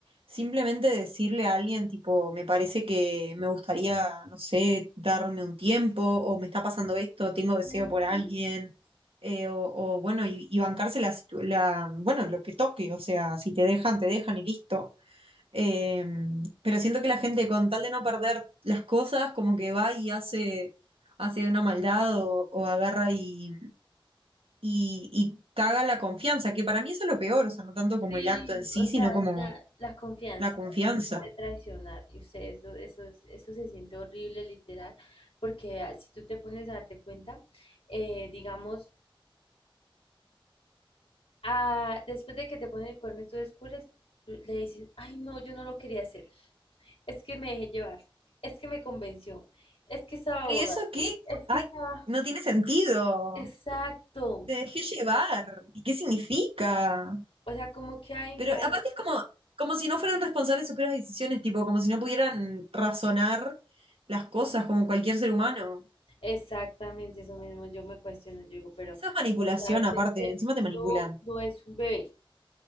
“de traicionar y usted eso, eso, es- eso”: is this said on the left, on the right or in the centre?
Left